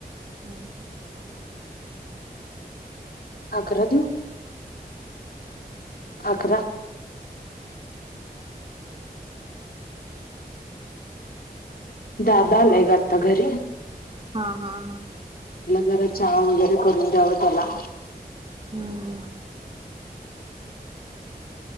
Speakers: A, on the right; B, on the left.
A: ह
B: अकरा देऊ? अकरा दादा आलाय गं आता घरी
A: हा हा हा
B: जरा चहा वगैरे करून द्यावं त्याला
A: हम्म